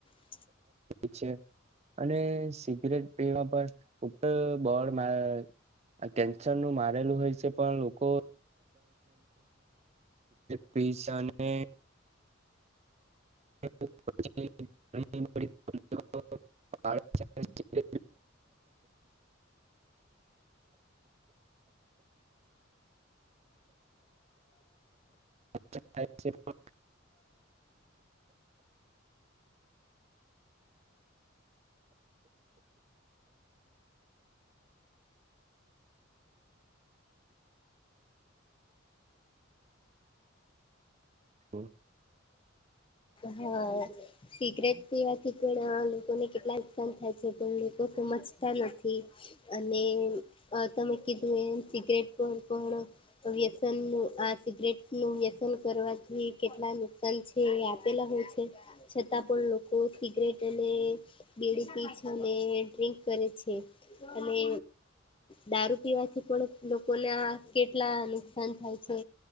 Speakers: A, on the left (about 25°); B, on the right (about 35°).
A: હ
B: છે અને સિગરેટ પીવા પણ બળ કેન્સર નું મારેલું હોય છે. પણ લોકો પિઝા ને <inaudible> <inaudible> હ
A: હા સિક્રેટ પીવાથી પણ લોકોને કેટલા નુકસાન થાય છે. પણ લોકો સમજતા નથી અને તમે કીધું એમ સિગરેટ પર પણ વ્યસન નું આ સિગરેટ નું વ્યસન કરવાથી કેટલા નુકસાન છે, એ આપેલા હોય છે. છતાં, પણ લોકો સિગરેટ અને બેડી અને ડ્રિંક કરે છે, અને દારૂ પીવાથી પણ લોકોને આ કેટલા નુકસાન થાય છે,